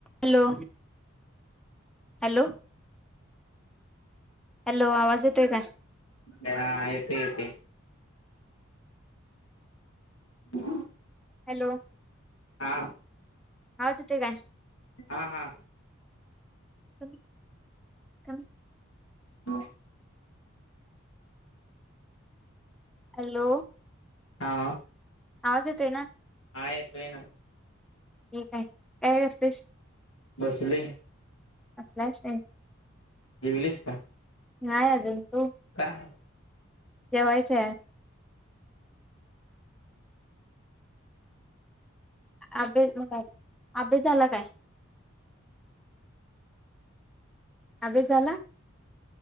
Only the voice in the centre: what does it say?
हॅलो हॅलो हॅलो आवाज येतोय का
हॅलो
आवाज येतोय काय
क कमी
हॅलो
आवाज येतोय का
ठीक आहे काय करतेस
असल्यास काय
नाही अजून तू
जेवायचं आभे अबे तू म्हणलंआभ्यस झाला काय? अभ्यास झाला?